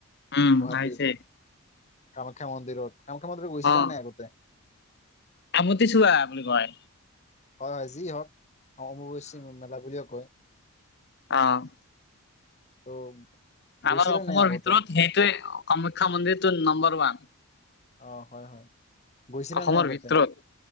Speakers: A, on the left; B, on the left.
A: উম
B: গুৱাহাটী।
A: আহিছে
B: কামাখ্যা মন্দিৰত, কামাখ্যা মন্দিৰত গৈছিলানে
A: অ
B: নাই আগতে।
A: আমতি চোৱা, বুলি কয়।
B: হয়, যি হওঁক। অ' অমাৱৈশ্যা মেলা বুলিওঁ কয়।
A: অ',
B: ত' গৈছিলা
A: আমাৰ অসমৰ
B: নাই আগতে
A: ভিতৰত সেইটোৱে, কামাখ্যা মন্দিৰটো নম্বৰ ওৱান।
B: অ', হয় হয়। গৈছিলা
A: অসমৰ
B: নাই আগতে
A: ভিতৰত,